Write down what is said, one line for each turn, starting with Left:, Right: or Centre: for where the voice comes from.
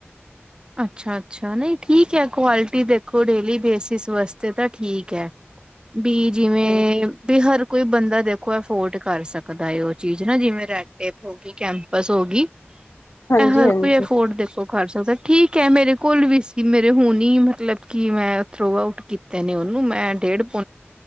Right: ਅੱਛਾ ਅੱਛਾ ਨਹੀਂ ਠੀਕ ਹੈ। ਕੁਆਲਿਟੀ ਦੇਖੋ ਡੇਲੀ ਬੇਸਿਸ ਵਾਸਤੇ ਤਾਂ ਠੀਕ ਹੈ। ਵੀ ਜਿਵੇਂ
Left: ਹਾਂਜੀ
Right: ਵੀ ਹਰ ਕੋਈ ਬੰਦਾ ਦੇਖੋ। ਅਫੋਰਡ ਕਰ ਸਕਦਾ ਹੈ ਉਹ ਚੀਜ਼ ਨਾ ਜਿਵੇ ਰੈਡ ਟੇਪ ਤੇ ਕੈਂਪਸ ਹੋਗੀ‌।
Left: ਹਾਂਜੀ
Right: ਹਰ
Left: ਹਾਂਜੀ
Right: ਕੋਈ ਅਫੋਰਡ ਦੇਖੋ ਕਰ ਸਕਦਾ। ਠੀਕ ਹੈ ਮੇਰੇ ਕੋਲ ਵੀ ਸੀ ਮੇਰੇ ਹੁਣ ਹੀ ਮਤਲਬ ਕਿ ਮੈਂ ਥਰੋ ਆਊਟ ਕੀਤੇ ਨੇ ਉਹਨੂੰ ਮੈਂ, ਡੇਢ